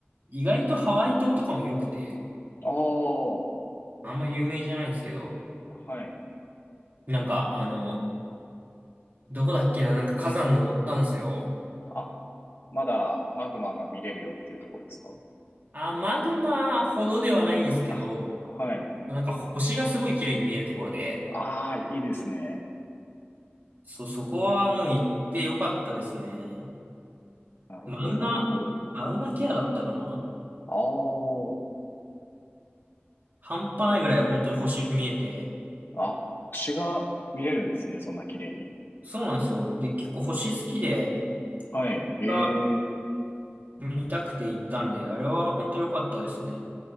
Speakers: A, on the right; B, on the left.
A: 意外とハワイ島とかも良くて、
B: ああー、
A: あんま有名じゃないんですけど、
B: はい。
A: なんか、あの、どこだっけな、なんか火山登ったんすよ。
B: あ、まだマグマが見れるよっていうところですか
A: あー、マグマほどではないんですけど、
B: あ、はい。
A: なんか星がすごい綺麗に見えるところで、
B: ああ、いいですね。
A: そ、そこはもう行って良かったですね。
B: なるほど、
A: マウナ、
B: なるほど。
A: マウナケアだったかな
B: ああ、
A: 半端ないぐらい本当に星見えて、
B: あ、星が見れるんですね、そんな綺麗に。
A: そうなんですよ。で、結構星好きで、
B: はい、
A: が
B: ええ
A: 見たくて行ったんで、あれは本当良かったですね。